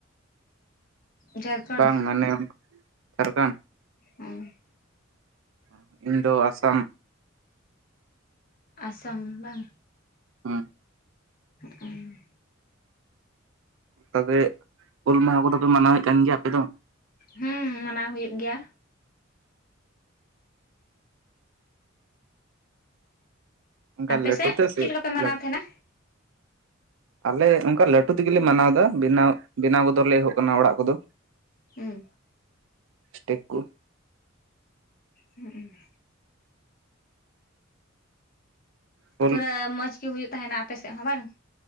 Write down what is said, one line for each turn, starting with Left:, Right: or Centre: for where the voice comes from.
Left: ᱡᱷᱟᱲᱠᱷᱚᱸᱰ
Right: ᱵᱟᱝ ᱢᱟᱱᱮ ᱡᱷᱟᱲᱠᱷᱚᱸᱰ
Left: ᱦᱮᱸ
Right: ᱚ ᱤᱧ ᱫᱚ ᱟᱥᱟᱢ
Left: ᱟᱥᱟᱢ ᱵᱟᱝ
Right: ᱦᱩᱸ
Left: ᱦᱚᱸ ᱩᱝ
Right: ᱛᱟᱵᱮ ᱦᱩᱞ ᱢᱟᱦᱟ ᱠᱚᱫᱚ ᱯᱮ ᱢᱟᱱᱟᱣᱮᱫ ᱠᱟᱱ ᱜᱮᱭᱟ ᱟᱯᱮ ᱫᱚ?
Left: ᱦᱮᱸ ᱢᱟᱱᱟᱣ ᱦᱩᱭᱩᱜ ᱜᱮᱭᱟ᱾
Right: ᱚᱱᱠᱟ
Left: ᱟᱯᱮ
Right: ᱞᱟᱹᱴᱩᱛᱮ
Left: ᱥᱮᱫ
Right: ᱥᱮ
Left: ᱪᱮᱫ
Right: ᱦᱳᱭᱳᱜ
Left: ᱞᱮᱠᱟ ᱯᱮ ᱢᱟᱱᱟᱣ
Right: ᱞᱟ
Left: ᱛᱟᱦᱮᱱᱟ
Right: ᱟᱞᱮ ᱚᱱᱠᱟ ᱞᱟᱹᱴᱩ ᱛᱮᱜᱮᱞᱮ ᱢᱟᱱᱟᱣ ᱫᱟ, ᱵᱮᱱᱟᱣ ᱵᱮᱱᱟᱣ ᱜᱚᱫᱚ ᱞᱮ ᱮᱦᱚᱵ ᱟᱠᱟᱱᱟ ᱚᱲᱟᱜ ᱠᱚᱫᱚ᱾
Left: ᱩᱸ
Right: ᱥᱴᱮ ᱠᱩ
Left: ᱦᱩᱸ
Right: ᱦᱩᱞ
Left: ᱯᱩᱨᱟᱹ ᱢᱚᱡᱽ ᱜᱮ ᱦᱩᱭᱩᱜ ᱛᱟᱸᱦᱮᱱᱟ ᱟᱯᱮ ᱥᱮᱫ ᱦᱚᱸ ᱵᱟᱝ?